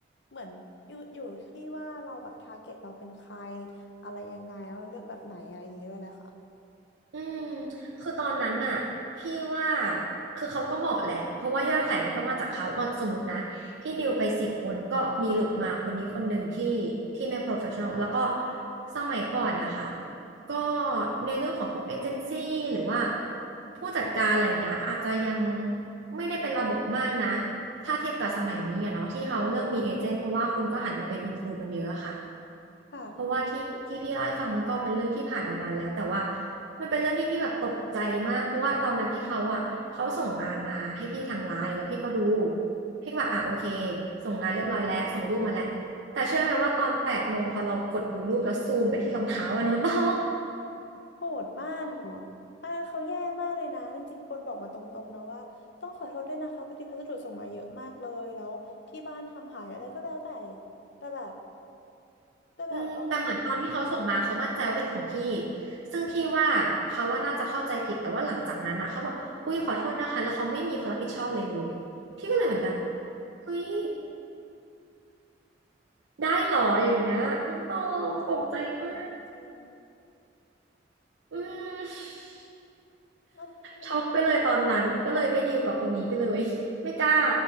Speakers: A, on the left; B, on the right.
A: เหมือนอยู่อยู่ที่ว่าเราแบบทาร์เก็ตเราเป็นใครอะไรยังไงแล้วเราเลือกแบบไหนอะไรอย่างงี้ด้วยแหละค่ะ
B: อืมคือตอนนั้นน่ะพี่ว่าคือเขาก็เหมาะแหละเพราะว่ายอดขายมันก็มาจากเขาก็สมมตินะพี่ดิวไปสิบคนก็มีหลุดมาคนนี้คนหนึ่งที่ที่ไม่ professional แล้วก็สมัยก่อนนะคะก็ในเรื่องของพวกเอเจนซี่หรือว่าผู้จัดการอะไรเงี้ยอาจจะยังไม่ได้เป็นระบบมากนะถ้าเทียบกับสมัยนี้อะเนาะที่เขาเริ่มมีเอเจนต์เพราะว่าคนก็หันมาเป็นอินฟูกันเยอะอะค่ะ
A: ค
B: เพราะว่าที่ที่พี่เล่าให้ฟังมันก็เป็นเรื่องที่ผ่านมานานแล้วแต่ว่ามันเป็นเรื่องที่พี่แบบตกใจมากเพราะว่าตอนนั้นที่เขาอ่ะเขาส่งงานมาให้พี่ทางไลน์แล้วพี่ก็ดูพี่ก็แบบอ่ะโอเค
A: ่ะ
B: ส่งงานเรียบร้อยแล้วส่งรูปมาแล้วแต่เชื่อไหมว่าตอนแปดโมงพอเรากดดูรูปแล้วซูมไปที่รองเท้าอะน้องต้ <laughs> อง
A: โหดมากอ่ะอ่าเขาแย่มากเลยนะจริงๆคนบอกมาตรงๆนะว่าต้องขอโทษด้วยนะคะพอดีพัสดุส่งมาเยอะมากเลยแล้วที่บ้านทำหายอะไรก็แล้วแต่แต่แบบแต่แบบเอารองเท้าอื่นมาใส่
B: อืมแต่เหมือนตอนที่เขาส่งมาเขามั่นใจว่าเป็นของพี่ซึ่งพี่ว่าเขาว่าน่าจะเข้าใจผิดแต่ว่าหลังจากนั้นอ่ะเขาบอกอุ้ยขอโทษนะคะแล้วเขาไม่มีความรับผิดชอบเลยเลยพี่ก็เลยเหมือนแบบเฮ้ย ได้หรออย่างเงี้ยน้องตองตกใจมาก
A: ไม่ไหวอ่ะไม่ไหวจริง
B: อืม
A: ๆอันนี้อันนี้อันนี้
B: ช็อกไปเลยตอนนั้นก็เลยไม่ดีลกับคนนี้ไปเลยไม่กล้า